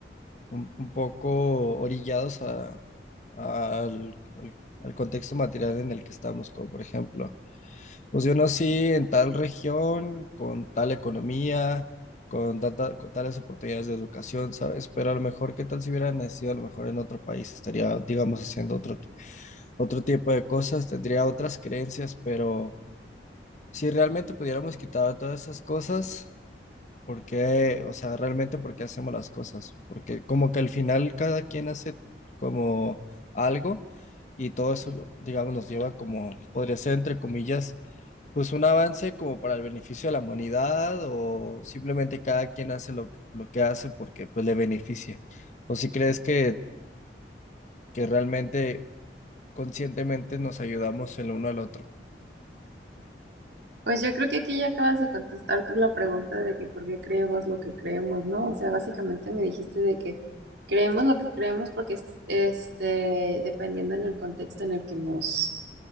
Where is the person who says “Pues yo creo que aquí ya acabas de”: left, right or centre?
Right